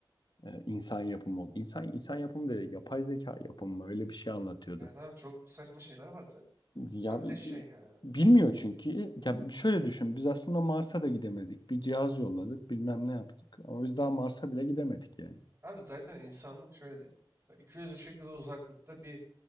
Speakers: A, on the left; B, on the right.
A: E, insan yapımı oldu. İnsan, insan yapımı değil, yapay zeka yapımı mı? Öyle bir şey anlatıyordu.
B: Evet abi çok saçma şeyler var zaten.
A: Ya
B: Ya bir de şey
A: e,
B: ya.
A: bilmiyor çünkü. Ya şöyle düşün. Biz aslında Mars'a da gidemedik. Bir cihaz yolladık, bilmem ne yaptık. Ama biz daha Mars'a bile gidemedik yani.
B: Abi zaten insanlık şöyle diyeyim. 200 ışık yılı uzaklıkta bir